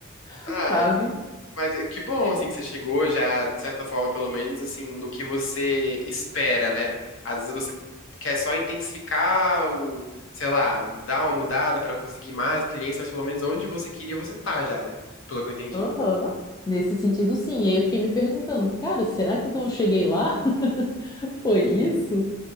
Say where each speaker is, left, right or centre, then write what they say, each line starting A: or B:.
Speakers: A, on the left; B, on the left.
A: <laughs>
B: Ah,
A: sabe?
B: Mas é que bom, assim, que você chegou já, de certa forma, pelo menos, assim, no que você espera, né? Às vezes você quer só intensificar o, sei lá, dar uma mudada pra conseguir mais clientes, mas pelo menos onde você queria, você tá já, né? Pelo que eu entendi.
A: Aham. Nesse sentido, sim. E aí eu fiquei me perguntando, cara, será que então eu cheguei lá? <laughs> Foi isso?
B: É,